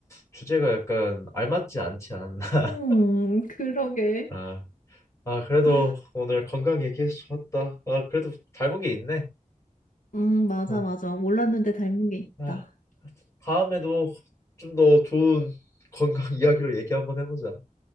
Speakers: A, on the left; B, on the left.
A: 주제가 약간 알맞지 않지 않나. <laughs>
B: 음, 그러게.
A: 아, 아 그래도
B: 아,
A: 오늘 건강 얘기해서 좋았다. 아 그래도 닮은 게 있네.
B: 음, 맞아,
A: 아,
B: 맞아. 몰랐는데 닮은 게 있다.
A: 아 다음에도 좀 더 좋은 건강 <laughs> 이야기로 얘기 한번 해보자.